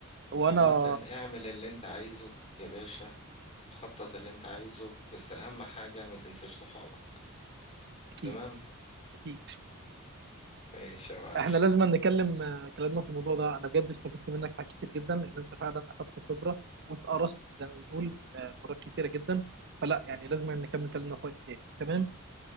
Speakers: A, on the right; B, on the left.
A: وانا
B: عامة اعمل اللي أنت عايزه يا باشا خطط اللي أنت عايزه بس أهم حاجة ما تنساش صحابك
A: اكيد
B: تمام
A: اكيد
B: ماشي يا معلم
A: احنا لازم نكلم آه، كلامنا في الموضوع ده انا بجد استفدت منك في حاجات كتير جدا لان انت فعلا اخدت خبره واتقرصت زي ما بنقول آه، مرات كتيره جدا فلا يعني لازم نكمل كلامنا في وقت تاني تمام